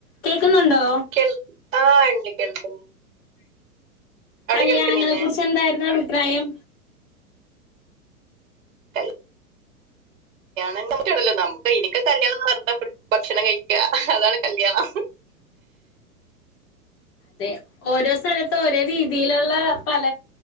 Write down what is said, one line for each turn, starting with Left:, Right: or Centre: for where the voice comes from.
Left: കേക്കുന്നുണ്ടോ
Right: കേൾ ആഹ് ണ്ട് കേക്കണ്ട്
Left: കല്യാണങ്ങളെ
Right: കേൾക്കുന്നില്ലേ
Left: കുറിച്ച് എന്തായിരുന്നു അഭിപ്രായം
Right: <inaudible>
Left: <inaudible>
Right: നമുക്കറിയില്ല നമുക്ക് എനിക്ക് കല്യാണം എന്ന് പറഞ്ഞ് ഭക്ഷണം കഴിക്ക അതാണ് കല്യാണം
Left: <inaudible> അതെ ഓരോ സ്ഥലത്ത് ഓരോ രീതിയിലുള്ള പല